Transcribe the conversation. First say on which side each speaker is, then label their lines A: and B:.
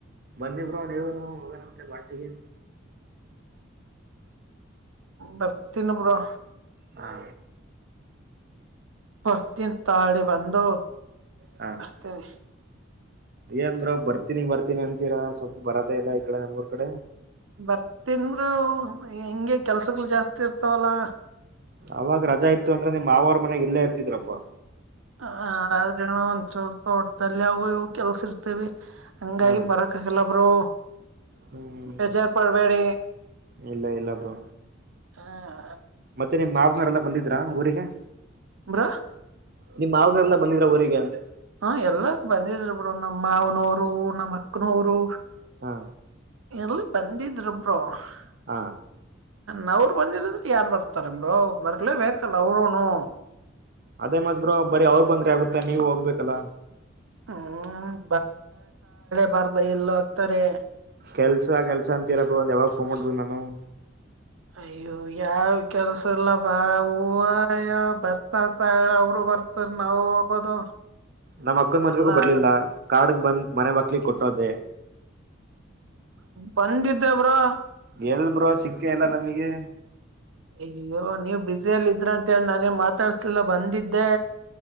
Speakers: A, on the right; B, on the right.
A: ಬನ್ನಿ ಬ್ರೋ ನೀವು <unintelligible> ಪಾರ್ಟಿಗೆ
B: ಬರ್ತೀನಿ ಬ್ರೋ
A: ಹಾ
B: ಬರ್ತೀನಿ ತಾಳಿ ಬಂದು
A: ಹಾ
B: <unintelligible>
A: ಏನ ಬ್ರೋ ಬರ್ತೀನಿ ಬರ್ತೀನಿ ಅಂತೀರಾ ಸ್ವಲ್ಪ ಬರದೆ ಇಲ್ಲ ಈ ಕಡೆ ನಮ್ಮೂರ್ ಕಡೆ
B: ಬರ್ತೀನಿ ಬ್ರೋ ಹಿಂಗೆ ಕೆಲ್ಸಗಳು ಜಾಸ್ತಿ ಇರ್ತಾವಲ್ಲ
A: ಅವಾಗ ರಜಾ ಇತ್ತು ಅಂದ್ರೆ ನಿಮ್ ಮಾವರ್ ಮನೆಗ್ ಇಲ್ಲೇ ಇರ್ತಿದ್ರಪ್ಪಾ
B: ಹ ಆದ್ರೆ <unintelligible> ತೋಟದಲ್ಲಿ ಅವು ಇವು ಕೆಲ್ಸ ಇರ್ತೇವಿ ಹಂಗಾಗಿ
A: ಹಾ
B: ಬರಕ್ ಹಂಗಲ್ಲ ಬ್ರೋ
A: ಹ್ಮ್
B: ಬೇಜಾರ ಪಡ್ಬೇಡಿ
A: ಇಲ್ಲ ಇಲ್ಲ ಬ್ರೋ
B: ಹಾ <unintelligible>
A: ಮತ್ತೆ ನೀಮ್ ಮಾವನವರೆಲ್ಲ ಬಂದಿದ್ರಾ ಊರಿಗೆ
B: ಬ್ರೋ
A: ನಿಮ್ ಮಾವದಿರೆಲ್ಲ ಬಂದಿದ್ರ ಊರಿಗೆ ಅಂದೆ?
B: ಹ ಎಲ್ಲ ಬಂದಿದ್ರು ಬ್ರೋ ನಮ್ಮ ಮಾವನವರು ನಮ್ಮ್ ಅಕ್ಕನವರು
A: ಹಾ
B: <unintelligible>
A: ಹಾ
B: ನವಲಗುಂದ ರಿಂದ ಯಾರ್ ಬರ್ತಾರೊ ಬರ್ಲೇ ಬೇಕಲ್ಲಾ ಅವ್ರೂನು
A: ಅದೇ ಮತ್ತೆ ಬ್ರೋ ಬರೀ ಅವ್ರ ಬಂದ್ರೆ ಆಗುತ್ತೆ ನೀವು ಹೋಗ್ಬೇಕಲ್ಲಾ
B: ಹುಂ <unintelligible> ಬರ್ದ ಇಲ್ಲೇ ಇತ್ರಾರೆ
A: ಕೆಲ್ಸ ಕೆಲ್ಸ ಅಂತೀರಾ <unintelligible>
B: ಅಯ್ಯೋ ಯಾವ ಕೆಲಸ ಇಲ್ಲಾ ಬಾವ <unintelligible> ಅಯ್ಯೋ ಬರ್ತಾಇತಾರ ಅವರು ಬರ್ತಾರ ನಾವ ಹೋಗೋದು
A: ನಮ್ ಅಕ್ಕನ್ ಮದ್ವೆಗು
B: ಎಲ್ಲಾ
A: ಬರ್ಲಿಲ್ಲಾ
B: ಆಗತ್
A: ಕಾರ್ಡ್ ಬಂದ್ ಮನೆ ಬಾಗಕ್ಲೆ ಕೊಟ್ಟೊ ಹೋದ್ದೇ
B: ಬಂದ್ದಿದೆ ಬ್ರೋ
A: ಎಲ್ಲಿ ಬ್ರೋ ಸಿಕ್ಕೆ ಇಲ್ಲಾ ಬ್ರೋ ನಮಗೆ.
B: ಅಯ್ಯೋ ನೀವ್ ಬಿಜಿಯಲ್ಲಿ ಇದ್ರೆ ಅಂತೇಳಿ ನಾನ್ ಮಾತಾಡ್ಸಿಲ್ಲಾ ಬಂದಿದ್ದೆ.